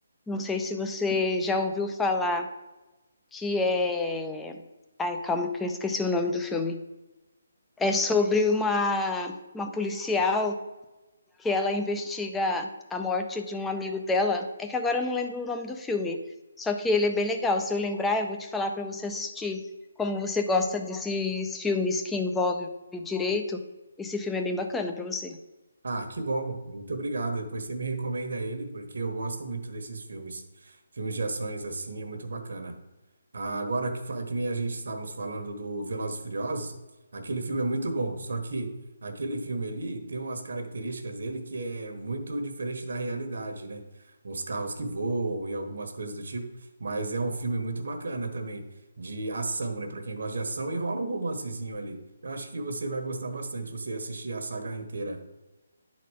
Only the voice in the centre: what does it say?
não sei se você já ouviu falar, que é. Ai, calma que eu esqueci o nome do filme. É sobre uma, uma policial que ela investiga a morte de um amigo dela. É que agora eu não lembro o nome do filme, só que ele é bem legal. Se eu lembrar, eu vou te falar para você assistir. Como você gosta desses filmes que envolvem direito, esse filme é bem bacana para você.